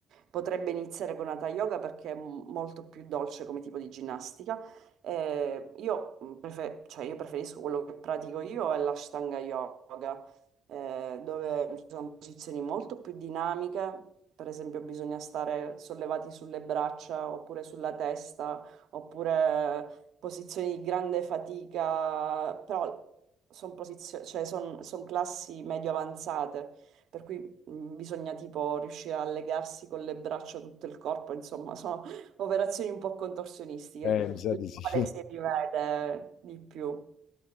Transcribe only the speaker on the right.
potrebbe iniziare con Hatha Yoga perché è m- molto più dolce come tipo di ginnastica. Eh, io, mh, prefe- cioè, io preferisco quello che pratico io è l'Ashtanga Yoga, eh, dove ci sono posizioni molto più dinamiche. Per esempio, bisogna stare sollevati sulle braccia oppure sulla testa oppure posizioni di grande fatica, però sono cioè son, son classi medio avanzate, per cui mh, bisogna tipo riuscire a legarsi con le braccia tutto il corpo, insomma, sono <laughs> operazioni un po' contorsionistiche,
le
quali si
rivede di più.